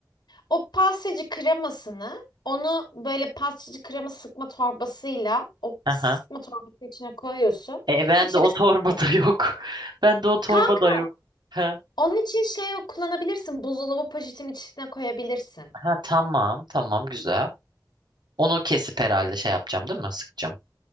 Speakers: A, on the left; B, on the right.
A: O pastacı kremasını onu böyle pastacı krema sıkma torbasıyla o
B: aha.
A: sıkma torbası içine koyuyorsun.
B: E ben
A: İçine
B: de o torbada
A: sıkıyorsun.
B: yok. <laughs> Ben de o torbada
A: Kanka
B: yok. Ha,
A: onun için şey kullanabilirsin. Buzdolabı poşetin içine koyabilirsin.
B: ha tamam, tamam güzel. Onu kesip herhalde şey yapacağım değil mi? Sıkacağım.